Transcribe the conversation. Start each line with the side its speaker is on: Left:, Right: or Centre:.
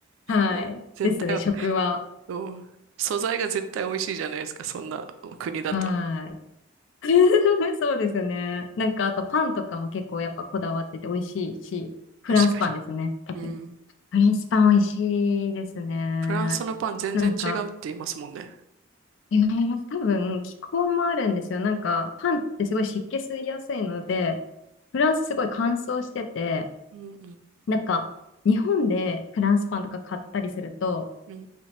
Left: はい。
Right: うん絶対、
Left: ですね、食は。
Right: うん素材が絶対美味しいじゃないですか、そんな国だと。
Left: はい。<laughs> そうですね。なんか、あとパンとかも結構やっぱこだわってて美味しいし、フランスパンですね、
Right: 確かに。
Left: 特に。
Right: うん。
Left: フランスパン美味しいですね。
Right: フランスのパン全然違うって言いますもんね。
Left: なんか、違います。多分、気候もあるんですよ。なんか、パンってすごい湿気吸いやすいので、フランスすごい乾燥してて、
Right: うんうん
Left: なんか、日本でフランスパンとか買ったりすると、
Right: うん。